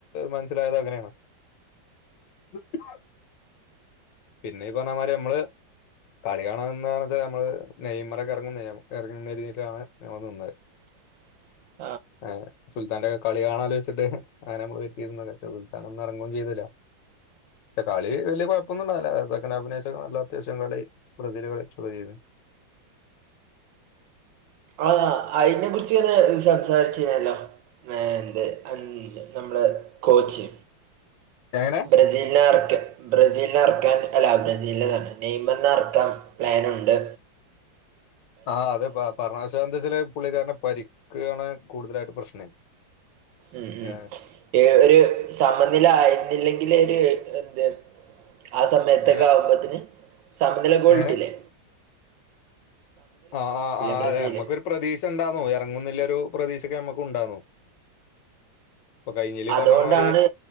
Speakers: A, on the left; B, on the right.
A: മനസിലായത് അങ്ങനേണ്. <inaudible> പിന്നെ ഈ പറഞ്ഞമാരി നമ്മള്. കളി കാണാൻ നിന്നത് നമ്മൾ നെയ് മറൊക്കെ ഇറങ്ങുന്നെരിതീട്ടാണ് നമ്മള് നിന്നത്.
B: <unintelligible>
A: ർ സുൽത്താൻന്റെ ഒക്ക കളി കാണലോചിച്ചിട്ട് അങ്ങനെ നമ്മള് വെറ്റ് ചെയ്ത് പ േക്ഷ സുൽത്താൻ ഒന്നും ഇറങ്ങുംചെയ്തില്ല. കളി വലിയ കുഴപ്പൊന്നും ണ്ടായില്ല <unintelligible> അത്യാവശ്യം കളി ബ്രസീല് കളി ചൊക്കെചെയ്ത്ക്കണ്.
B: ആഹ അയിനെ കുറിച്ച്. <unintelligible> സംസാരിച്ചിനല്ലോ? എന്ത് അന്ന് നമ്മ െള കോച്ച്
A: എങ്ങനെ
B: ബ്രസീലിനെ ബ്രസീലിനെ എറക്കാൻ അല്ല ബ്രസീലെ നെയ്മറിെ എറക്കാൻ പ്ലനുണ്ട്
A: ആ അതെ <unintelligible> ചില പുള്ളിക്കാരനെ പരിക്യാണ് കൂടുതലായിട്ട് പ്രശ്നം.
B: ഉം ഉം
A: ഏഹ്
B: ഏ ഒരു സമനില ആയിരുന്നില്ലെങ്കില് ഒരു എന്ത് ആ സമയത്തൊക്കെ
A: അങ്ങനെ
B: ആവുമ്പത്തിന് സമനില ഗോൾട്ടില്ലേ?
A: അങ്ങനെ ആ ആ
B: ബ്രസീല്
A: ആമ്മക്കൊ ഒരു പ്രതീക്ഷ ഉണ്ടാന്നു ഇറങ്ങുന്നില്ല ഒരു പ്രതീശൊക്കെ മ്മക്ക് ഇണ്ടാന്നു. ഇപ്പൊ കഴിഞ്ഞില്
B: അതുകൊണ്ടാണ്
A: പറഞ്ഞ മാതിരി്